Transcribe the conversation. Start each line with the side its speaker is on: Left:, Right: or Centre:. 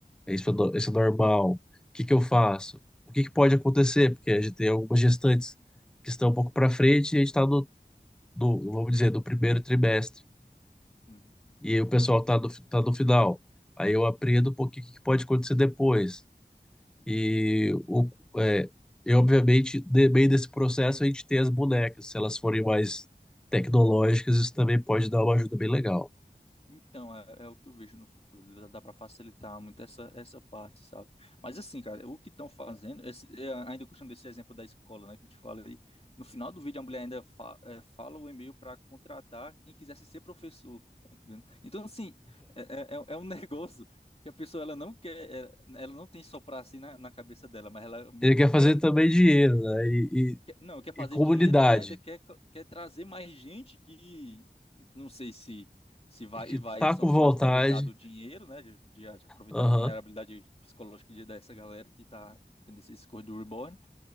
Centre: É isso, é no- isso é normal. O que que eu faço? O que que pode acontecer? Porque a gente tem algumas gestantes que estão um pouco para frente e a gente está no, no, vamos dizer, no primeiro trimestre.
Left: uhum.
Centre: e aí o pessoal tá do, tá do final. Aí eu aprendo um pouquinho o que que pode acontecer depois. E o, é, eu, obviamente, no meio desse processo, a gente tem as bonecas. Se elas forem mais tecnológicas, isso também pode dar uma ajuda bem legal.
Left: Então, é, é o que eu vejo no futuro. Dá, dá para facilitar muito essa, essa parte, sabe? Mas assim, cara, o que estão fazendo, esse, é, ainda puxando esse exemplo da escola, né, que eu te falei, no final do vídeo a mulher ainda fa- é, fala o e-mail para contratar quem quisesse ser professor, tá entendendo? Então, assim, é, é, é é um <laughs> negócio que a pessoa ela não quer, é, ela não tem só para si na, na cabeça dela, mas ela meio
Centre: Ele
Left: que
Centre: quer fazer
Left: quer
Centre: também dinheiro, né? E,
Left: quer- não, quer fazer
Centre: e, e comunidade,
Left: dinheiro e ainda quer, quer trazer mais gente que não sei se se vai
Centre: que
Left: e vai
Centre: tá
Left: só
Centre: com
Left: por
Centre: vontade.
Left: aproveitar do dinheiro, né? De, de- de aproveitar
Centre: Aham.
Left: da vulnerabilidade psicológica de- dessa galera que tá tendo esse discurso do Reborn.